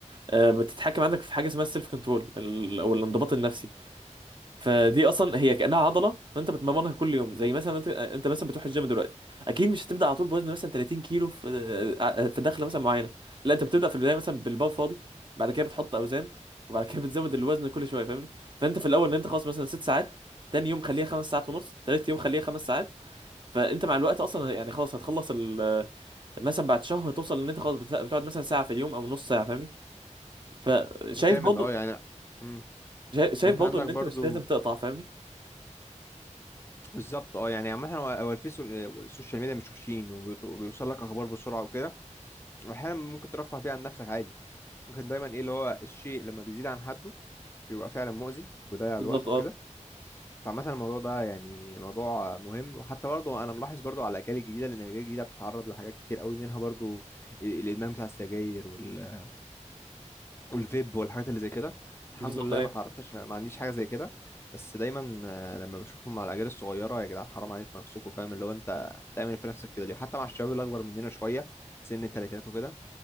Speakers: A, on the right; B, on the left.
A: آه، بتتحكم عندك في حاجه اسمها السيلف كنترول او الانضباط النفسي فدي اصلا هي كانها عضله فانت بتمرنها كل يوم زي مثلا انت انت مثلا بتروح الجيم دلوقتي اكيد مش هتبدا على طول بوزن مثلا 30 كيلو في في دخله مثلا معينه لا انت بتبدا في البدايه مثلا بالبار فاضي بعد كده بتحط اوزان وبعد كده بتزود الوزن كل شويه فاهمني فانت في الاول ان انت خلاص مثلا ست ساعات تاني يوم خليها خمس ساعات ونص تالت يوم خليها خمس ساعات فانت مع الوقت اصلا يعني خلاص هتخلص ال- مثلا بعد شهر توصل ان انت خلاص بت- بتقعد مثلا ساعه في اليوم او نص ساعه فاهمني فشايف
B: جامد
A: برضه
B: اه يعني مم.
A: شايف
B: انت
A: برضه
B: عندك
A: ان
B: برضو
A: انت مش لازم تقطع فاهمني
B: بالظبط اه يعني عامه هو هو الفيس وال- والسوشيال ميديا مش وحشين وبيوصل لك اخبار بسرعه وكده واحيانا ممكن ترفه بيه عن نفسك عادي ممكن دايما ايه اللي هو الشيء لما بيزيد عن حده بيبقى فعلا مؤذي ويضيع
A: بالظبط
B: الوقت وكده
A: اه
B: فعامة الموضوع ده يعني موضوع مهم وحتى برضه انا ملاحظ برضه على الاجيال الجديده لان الاجيال الجديده بتتعرض لحاجات كتير قوي منها برضه ال- الادمان بتاع السجاير وال... والفيب والحاجات اللي زي كده الحمد
A: بالظبط
B: لله ما تعرضتش ما عنديش حاجه زي كده بس دايما آه، لما بشوفهم مع الاجيال الصغيره يا جدعان حرام عليكم نفسكم فاهم اللي هو انت بتعمل إيه في نفسك كده ليه حتى مع الشباب اللي اكبر مننا شويه سن الثلاثينات وكده